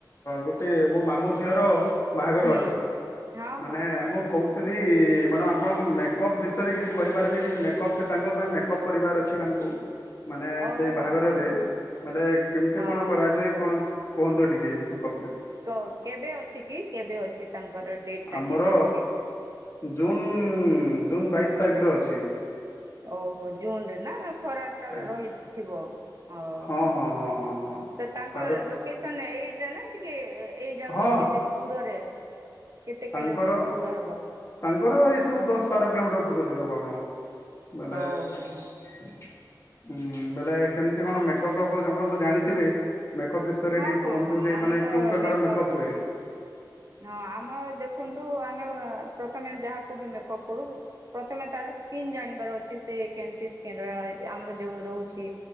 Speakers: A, on the left; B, on the right.
A: ଗୋଟେ ମୋ ମାମୁ ଝିଅର। ବାହାଘର
B: ହୁଁ।
A: ଅଛି
B: ହଁ
A: ମାନେ
B: ହଁ ହଁ
A: ମୁଁ କହୁ ଥିଲି ମ୍ୟାଡ଼ମ ଆପଣ ମେକଅପ ବିଷୟରେ କିଛି କହିପାରିବେ କି ମେକଅପ କେ ତାଙ୍କ ପାଇଁ ମେକଅପ୍ କରିବାର ଅଛି ତାଙ୍କୁ। ମାନେ
B: ଓହୋ
A: ସେଇ ବାହାଘରରେ
B: ହଁ
A: ମାନେ କେମିତି
B: ହଁ
A: କଣ କରାଯାଏ କଣ। କୁହନ୍ତୁ ଟିକେ ମେକପ।
B: କ କେବେ ଅଛି କି କେବେ ଅଛି ତାଙ୍କର ଡେଟ୍ ଟା
A: ଆମର
B: କେବେ ଅଛି?
A: ଜୁନ୍ ଜୁନ୍ ବାଇଶ ତାରିଖରେ ଅଛି।
B: ଓହୋ ଜୁନରେ ନା ଖରା ଟା
A: ଆଜ୍ଞା।
B: ରହିଥିବ। ଓହୋ।
A: ହଁ ହଁ ହଁ ହଁ। ହଁ
B: ତ ତାଙ୍କର
A: ପାରଦ
B: ଲୋକେସନ ଏଇଟା ନା ଟିକେ ଏଇ ଜାଗା
A: ହଁ
B: ରୁ କେତେ। ଦୂରରେ କେତେ
A: ତାଙ୍କର
B: କିଲୋମିଟର ଦୂର ହେବ?
A: ତାଙ୍କର ଏଇଠୁ ଦଶ, ବାର କିଲୋମିଟର ଭିତରରେ ହବ ଆପଣ। ବେଲେ
B: ଓହୋ
A: ଉଁ ବେଲେ। କେମିତି
B: ହଁ।
A: କଣ ମେକଅପର ଆପ ଆପଣ ତ ଜାଣିଥିବେ। ମେକଅପ ବିଷୟରେ
B: ହଁ
A: ଟିକେ
B: ହଁ
A: କୁହନ୍ତୁ ଟିକେ
B: ଆମେ
A: ମାନେ
B: ତ
A: କେଉ ପ୍ରକାର
B: ମେକଅପ୍
A: ମେକଅପ
B: ବିଜ
A: ହୁଏ।
B: ହଁ ଆମ ଦେଖନ୍ତୁ ଆମେ ପ୍ରଥମେ ଯାହାକୁ ବି ମେକଅପ୍ କରୁ। ପ୍ରଥମେ ତାର ସ୍କିନ୍ ଜାଣିବାର ଅଛି ସେ କେମିତି ସ୍କିନ ର ଏ ଆମର ଯୋଉ ରହୁଛି।